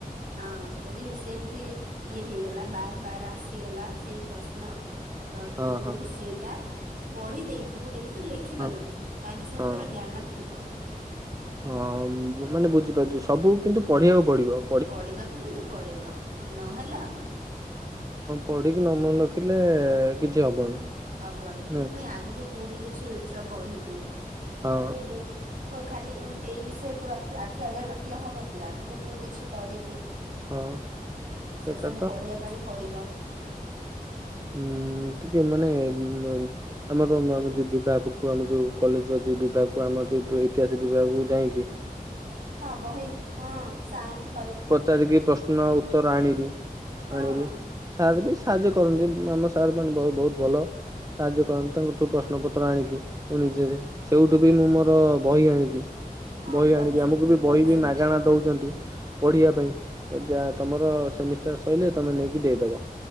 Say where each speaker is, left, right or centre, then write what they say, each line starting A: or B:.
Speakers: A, on the right; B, on the right.
A: ହଁ ଯଦି ସେମିତି ଇଏ ହେଇଗଲା ବାର ବାର ଆସିଗଲା ସେଇ ପ୍ରଶ୍ନ। ତ
B: ହଁ
A: ତୁ
B: ହଁ
A: ସେଇଟା ପଢି ଦେଇଥିବୁ ଯେମିତି ତୁ ଲେଖ ଲେଖିପାରୁଥିବୁ
B: ହଁ
A: ତା ବିଷୟରେ
B: ହଁ।
A: ତୋର ଜ୍ଞାନ ଥିବ।
B: ହଁ ମାନେ ବୁଝିପାରୁଛି ସବୁ କିନ୍ତୁ ପଢିବାକୁ ପଢିବ।
A: ପଢିବାକୁ କିନ୍ତୁ ପଡିବ ଆ ନହେଲେ ହବନି।
B: ପଢିକି ନମନ ରଖିଲେ କିଛି ହବନି।
A: ହବନି
B: ନାଇଁ
A: ପୁଣି ଆଗକୁ ତୁ ବି କିଛି ଉଚ୍ଚ ପଢିବୁ
B: ହଁ
A: ପଢିବୁ। ହଉ ଖାଲି ଏମତି ଏଇ ବିଷୟକୁୁ ଖାଲି ଆଖି ଆଗରେ ରଖିଲେ ହବ କି ଆଗକୁ ତୁ କିଛି କରିବୁ
B: ହଁ।
A: ସେ
B: ସେଟା
A: ସବୁ ପଢିବା ପାଇଁ ପଡିବ।
B: ଉୁଁ ଟିକେ ମାନେ ଉ ଆମର ଆମ ଯୋଉ ବିଭାଗକୁ ଆମ ଯୋଉ କଲେଜ ବିଭାଗକୁ ଆମର ଯୋଉ ଇତିହାସ ବିଭାଗକୁ ଯାଇକି। ହ
A: ହଁ ବହି ହଁ ସାରଙ୍କୁ।
B: ପଚାରିକି ପ୍ରଶ୍ନର ଉତ୍ତର ଆଣିବି
A: ହଁ
B: ଆଣିବି। ସାର୍ ବି ସାହାଯ୍ୟ କରନ୍ତି ଆମ ସାର୍ ମାନେ ବହୁତ ଭଲ ସାହାଯ୍ୟ କରନ୍ତି। ତାଙ୍କଠୁ ପ୍ରଶ୍ନ ପତ୍ର ଆଣିକି ମୁଁ ନିଜେରେ ସେଇଠୁ ବି ମୁଁ ମୋର ବହି ଆଣିକି
A: ହଁ
B: ବହି ଆଣିବି
A: ଆଣିକି
B: ଆମକୁ ବି
A: ପଢି
B: ବହି
A: ପାରିବୁ
B: ବି ମାଗଣା ଦଉଛନ୍ତି ପଢିବା
A: ହୁଁ
B: ପାଇଁ। ଏ ଯା ତମର ସେମିଷ୍ଟାର ସରିଲେ ତମେ ନେଇକି ଦେଇଦବ